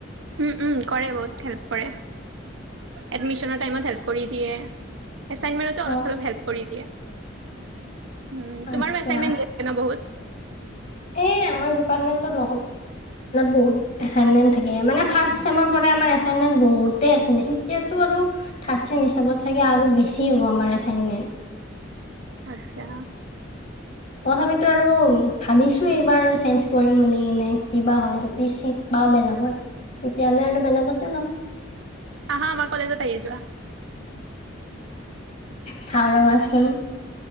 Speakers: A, on the right; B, on the left.
A: উম উম কৰে বহুত হেল্প কৰে এডমিশনৰ টাইমত হেল্প কৰি দিয়ে এছাইনমেণ্ট মেনতো অলপ
B: অ'
A: চলপ হেল্প কৰি দিয়ে উম
B: আচ্ছা।
A: তোমাৰো এছাইনমেণ্ট দিয়ে ন বহুত
B: এই আমাৰ দীপাত মেতত বহু এছাইনমেণ্ট মে'ত থাকে মানে ফাছ ছেমৰ পৰাই আমাৰ এছাইনমেণ্ট ব এতিয়া আৰু থ হিত চাগ আৰু বেছি হ'ব আমাৰ এছাইমেন্ট <unintelligible>
A: আচ্ছা
B: তথাপিতো আৰু ভাবিছো এইবাৰ চেঞ্জ কৰিম বুলি কিনে কিবা হয় যদি বাও বেলেগত তেতিয়া হ'লে আৰু বেলেগতে ল'ম
A: আহা আমাৰ কলেজত আহি যোৱা
B: চাও ৰবা চোন